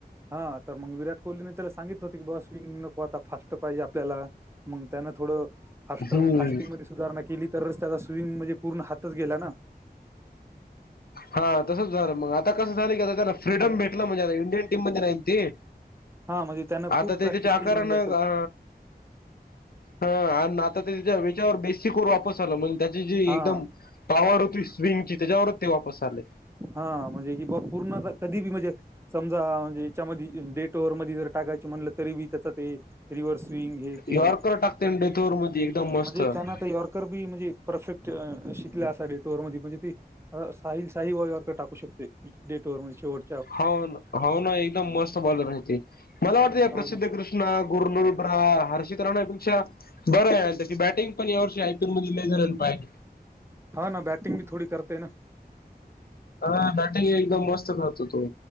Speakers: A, on the right; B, on the left.
A: हा तर मग विराट कोहलीने त्याला सांगितलं होत की, बस स्विंग नको आता फास्ट पाहिजे आपल्याला. मग त्याना थोडं फास्टर
B: हम्म
A: फास्टिंग मध्ये सुधारणा केली तरच त्याचा स्विंग म्हणजे पुर्ण हातच गेला ना.
B: हा तसंच झालं मग, आता कसं झालं की आता त्याला फ्रीडम भेटला म्हणजे इंडियन टीम मध्ये राहील ते.
A: हा, म्हणजे त्यानं
B: आता
A: खूप प्रॅक्टिस
B: ते त्याच्या आकारानं
A: केली म्हणजे असं
B: अ हा आणि आता त्याच्या ह्याच्यावर बेसिकवर वापस आला म्हण त्या जी जी
A: हा
B: एकदम पॉवर होती स्विंगची, त्यांच्यावरच ते वापस आले.
A: हा. म्हणजे हि बा पूर्ण कधी बी म्हणजे समजा म्हणजे याच्यामध्ये डेट ओव्हर मध्ये जर टाकायचे, म्हणलं तरी बी त्याचा ते रिव्हर्स येते,
B: यॉर्कर टाकते डेथवर मध्ये एकदम मस्त
A: म्हणजे
B: हा
A: त्यानं आता यार्क तर बी म्हणजे परफेक्ट शिकला असा डेट ओव्हर मधील. म्हणजे असं साईज काही वेळेवरती टाकू शकते, डेट ओव्हर म्हणजे शेवट
B: हो ना, हो ना एकदम मस्त बॉलर आहे ते. मला वाटतें या
A: हो
B: प्रसिद्ध
A: ना.
B: कृष्णा गुरलू बुमरा हर्षित राण्यापेक्षा बरं आहे आणि त्याची बॅटिंग पण यावर्षी आयपीएल लई जनांनी पाहिली.
A: हा ना बॅटिंग बी थोडी करतंय ना.
B: हा, बॅटिंग एकदम मस्त करतो तो.